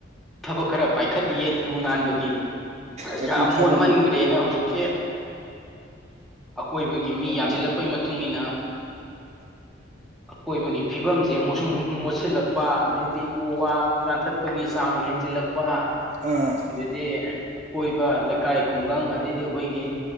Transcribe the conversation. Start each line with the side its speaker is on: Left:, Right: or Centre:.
Centre: ꯊꯕꯛ ꯈꯔ ꯄꯥꯏꯈꯠꯂꯤꯌꯦ ꯂꯨ ꯅꯥꯟꯕꯒꯤ
Right: ꯀꯩꯀꯩ
Centre: ꯌꯥꯝ
Right: ꯊꯕꯛ
Centre: ꯃꯣꯠꯃꯟꯈ꯭ꯔꯦꯅ ꯍꯧꯖꯤꯛꯁꯦ ꯑꯀꯣꯏꯕꯒꯤ ꯃꯤ ꯌꯥꯝꯁꯤꯜꯂꯛꯄꯩ ꯃꯇꯨꯡꯏꯟꯅ ꯑꯀꯣꯏꯕꯒꯤ ꯐꯤꯕꯝꯁꯦ ꯃꯨꯁꯨꯝ ꯃꯨꯁꯤꯂꯛ ꯑꯗꯩꯗꯤ ꯎ ꯋꯥ ꯌꯥꯟꯊꯠꯄꯒꯤ ꯆꯥꯡ ꯍꯦꯟꯖꯤꯜꯂꯛꯄ
Right: ꯑꯥ
Centre: ꯑꯗꯩꯗꯤ ꯀꯣꯏꯕ ꯂꯩꯀꯥꯏ ꯈꯨꯡꯒꯪ ꯑꯗꯩꯗꯤ ꯑꯩꯈꯣꯏꯒꯤ